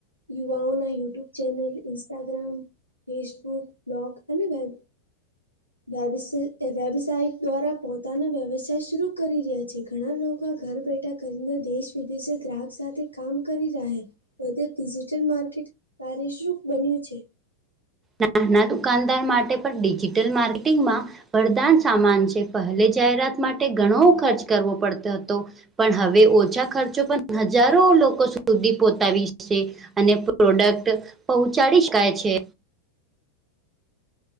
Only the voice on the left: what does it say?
યુવાઓના YouTube channel Instagram Facebook blog અને વેબ વબ વેબસઇટ દ્વારા પોતાનો વ્યવસાય શરૂ કરી રહ્યા છે. ઘણા લોકો ઘર બેઠા કરીને દેશ વિદેશ ગ્રાહક સાથે કામ કરી રહે બધે ડિજિટલ માર્કેટ કાર્યશુભ બન્યું છે.